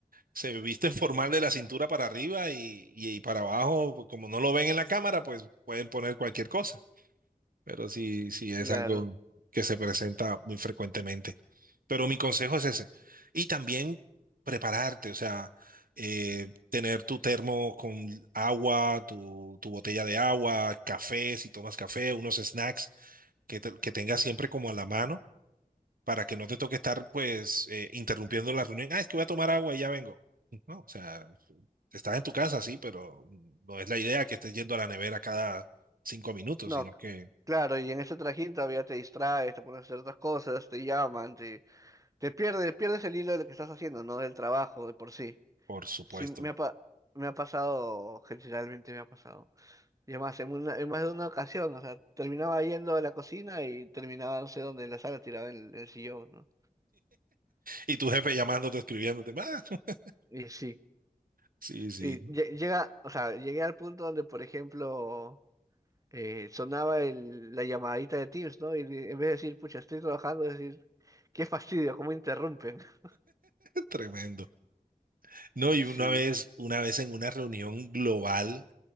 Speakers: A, on the right; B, on the right.
A: Se visten formal de la cintura para arriba y, y, y para abajo, pues, como no lo ven en la cámara, pues pueden poner cualquier cosa pero sí, sí es
B: Claro.
A: algo que se presenta muy frecuentemente. Pero mi consejo es ese. Y también prepararte, o sea, eh, tener tu termo con agua, tu, tu botella de agua, café, si tomas café, unos snacks que, te- que tengas siempre como a la mano para que no te toque estar pues eh, interrumpiendo la reunión. Ah, es que voy a tomar agua y ya vengo. No, o sea, estás en tu casa, sí, pero no es la idea que estés yendo a la nevera cada cinco minutos,
B: No,
A: sino
B: c-
A: que...
B: claro, y en ese trajín todavía te distraes, te pones a hacer otras cosas, te llaman, te, te pierdes, pierdes el hilo de lo que estás haciendo, no del trabajo de por sí.
A: Por supuesto.
B: Sí, me ha, pa- me ha pasado, generalmente me ha pasado. Y además, en, una- en más de una ocasión, o sea, terminaba yendo a la cocina y terminaba no sé dónde, en la sala, tirado en el en el sillón, ¿no?
A: Y tu jefe llamándote, escribiéndote. Ah, <laughs>
B: Y sí,
A: sí, sí,
B: y lle- llega, o sea, llegué al punto donde, por ejemplo, eh, sonaba el- la llamadita de Teams, ¿no? Y de- en vez de decir, pucha, estoy trabajando, decir, qué fastidio, cómo interrumpen. <laughs>
A: tremendo. No,
B: Y
A: y
B: sí,
A: una vez, una vez en una reunión global,